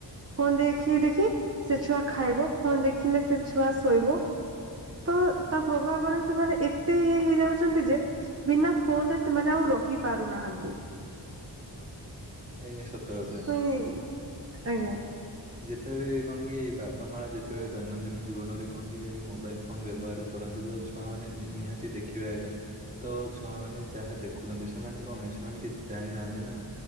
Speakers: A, on the right; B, on the right.
A: ଫୋନ୍ ଦେଖି ଦେଖି ସେ ଛୁଆ ଖାଇବ। ଫୋନ୍ ଦେଖିଲେ ସେ ଛୁଆ ଶୋଇବ। ତ ତା ପ୍ରଭାବରେ ସେମାନେ ଏତେ ଇଏ ହେଇଯାଉଛନ୍ତି ଯେ ବିନା ଫୋନ୍ ରେ ସେମାନେ ଆଉ ରହି ପାରୁନାହାନ୍ତି।
B: ଆଜ୍ଞା ସତ କଥା।
A: ସେ ଆଜ୍ଞା।
B: ଯେତେବେଳେ କଣ କି ବାପ ମା ଯେତେବେଳେ ଦୈନନ୍ଦିନ ଜୀବନରେ କଣ କି ମୋବାଇଲ୍ ଫୋନ୍ ବ୍ୟବହାର କରନ୍ତି ତ ଛୁଆମାନେ ନି-ନିହାତି ଦେ ଖିବେ ଏକା ତ ଛୁଆମାନେ ଯାହା ଦେଖୁଚନ୍ତି ସେମାନେ କଣ ସେମାନେ କିଛି ଜାଣି ନାହାନ୍ତି ନା।